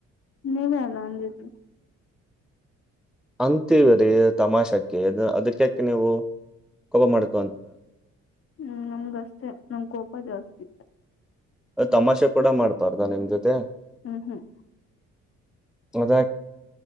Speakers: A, on the left (about 40°); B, in the centre.
A: ನೀವೇ ಅಲ್ಲ ಅಂದಿದ್ದು
B: ಅಂತಿವ್ರಿ ತಮಾಷಾಕ್ಕೆ ಅದಕ್ಕೆ ನೀವು ಕೋಪಮಾಡ್ಕ್
A: ಹ್ಮ್ ನಮ್ಗಷ್ಟೇ ನಮ ಕೋಪ ಜಾಸ್ತಿ
B: ತಮಾಷೆ ಕೂಡ ಮಾಡ್ಬಾರ್ದಾ ನಿಮ್ ಜೊತೆ
A: ಹ್ಮ್ ಹ್ಮ್
B: ಅದ